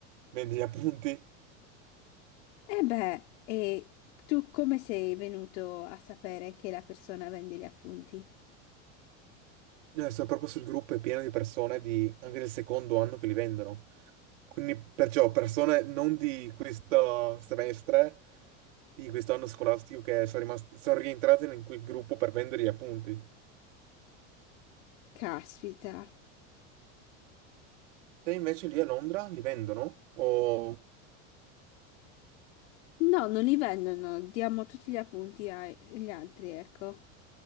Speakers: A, on the right; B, on the left.
A: vende gli appunti.
B: E beh, e tu come sei venuto a sapere che la persona vende gli appunti?
A: Eh, sono proprio sul gruppo è pieno di persone di- anche del secondo anno che li vendono. Quindi perciò persone non di questo semestre, di questo anno scolastico che sono rimasti, sono rientrate in quel gruppo per vendere gli appunti.
B: Caspita.
A: Te invece lì a Londra li vendono? O...
B: No, non li vendono, no, diamo tutti gli appunti agli altri, ecco.